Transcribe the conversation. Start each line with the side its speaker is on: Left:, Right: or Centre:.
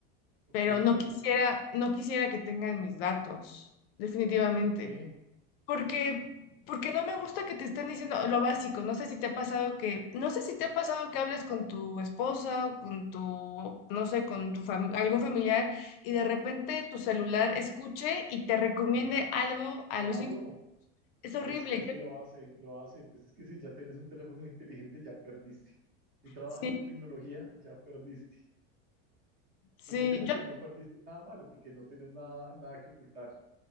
Right: Ok,
Left: pero no quisiera,
Right: pero ¿por,
Left: no quisiera que tengan mis datos, definitivamente,
Right: ¿y por qué?
Left: porque, porque no me gusta que te estén diciendo lo básico. No sé si te ha pasado que, no sé si te ha pasado que hablas con tu esposa, o con tu, no sé, con tu fam- algún familiar y de repente tu celular escuche y te recomiende algo a
Right: Claro,
Left: los cinco. Es horrible.
Right: Es, es
Left: Yo-
Right: que lo hace, lo hace. Pues es que si ya tienes un teléfono inteligente, ya perdiste. Si trabajas
Left: sí,
Right: en tecnología, ya perdiste.
Left: sí,
Right: ¿Sí me entiendes?
Left: yo
Right: Pero no perdiste nada malo porque no tienes nada, nada que ocultar.